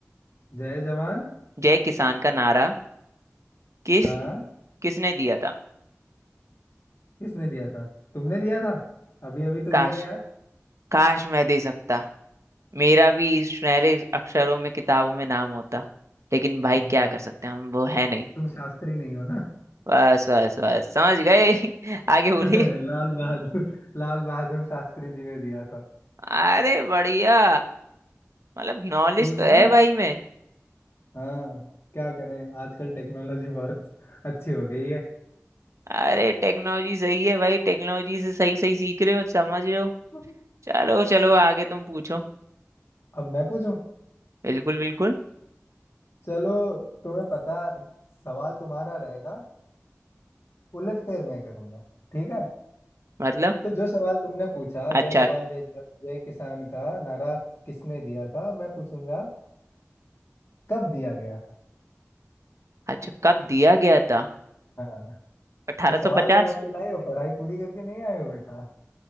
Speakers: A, on the left; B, on the right.
A: जय जवान
B: जय किसान का नारा किस
A: हाँ
B: किसने दिया था
A: किसने दिया था तुमने दिया था अभी अभी तो
B: काश
A: दिया यार
B: काश मैं दे सकता मेरा भी इस सुनहरे अक्षरों में किताबों में नाम होता लेकिन भाई
A: हम्म
B: क्या कर सकते हैं हम वो है नहीं
A: तुम शास्त्री नहीं हो ना
B: बस बस बस समझ गए <laughs> आगे बोलिए
A: <laughs> लाल बहादुर लाल बहादुर शास्त्री जी ने दिया था
B: अरे बढ़िया मतलब नॉलेज
A: ठीक
B: तो
A: है
B: है
A: ना
B: भाई में
A: हाँ क्या करें आजकल टेक्नोलॉजी बहुत अच्छी हो गई है
B: अरे टेक्नोलॉजी सही है भाई टेक्नोलॉजी से सही सही सीख रहे हो समझ रहे हो
A: <laughs>
B: चलो चलो आगे तुम पूछो
A: अब मैं पूछूं
B: बिल्कुल बिल्कुल
A: चलो तुम्हें पता सवाल तुम्हारा रहेगा उलट फेर मैं करूंगा ठीक है
B: मतलब
A: तो जो सवाल तुमने पूछा
B: अच्छा
A: जय जवान जय जय किसान का नारा किसने दिया था मैं पूछूंगा कब दिया गया था
B: अच्छा कब दिया गया था
A: हाँ
B: 1850
A: तुम सवाल बना के लाए हो पढ़ाई पूरी करके नहीं आए हो बेटा